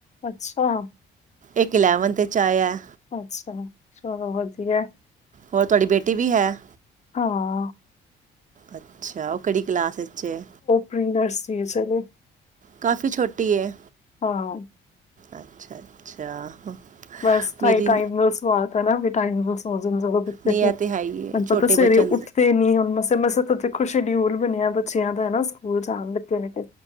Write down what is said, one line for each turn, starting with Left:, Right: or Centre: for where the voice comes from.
Left: ਅੱਛਾ
Right: ਇੱਕ ਇਲੈਵਨਥ ਤੇ ਚ ਆਇਆ।
Left: ਅੱਛਾ, ਚਲੋ ਵਧੀਆ।
Right: ਹੋਰ ਤੁਹਾਡੀ ਬੇਟੀ ਵੀ ਹੈ।
Left: ਹਾਂ।
Right: ਅੱਛਾ, ਉਹ ਕਿਹੜੀ ਕਲਾਸ ਈਚ ਐ?
Left: ਪ੍ਰਰੀ ਨਰਸਰੀ ਚ ਏ ਓ।
Right: ਕਾਫ਼ੀ ਛੋਟੀ ਐ।
Left: ਹਾਂ।
Right: ਅੱਛਾ, ਅੱਛਾ।
Left: ਬਸ ਤਾਂਈ
Right: ਮੇਰੀ
Left: ਟਾਈਮ ਨਾਲ ਸਵਾਤਾ ਐ ਨਾ ਵੀ ਟਾਈਮ ਨਾਲ ਸੋਜਨ <unintelligible>
Right: ਨਹੀਂ ਇਹ ਤਾਂ ਹੈ ਹੀ ਹੈ
Left: ਹੁਣ
Right: ਛੋਟੇ
Left: ਪਤਾ ਸਵੇਰੇ
Right: ਬੱਚਿਆਂ
Left: ਉੱਠਦੇ ਨੀ ਹੁਣ ਮਸੇ ਮਸੇ ਸ਼ਡਿਊਲ ਬਣਿਆ ਬੱਚਿਆਂ ਦਾ ਹਨਾ ਸਕੂਲ ਜਾਣ ਲਗੇ ਨੇ ਤੇ।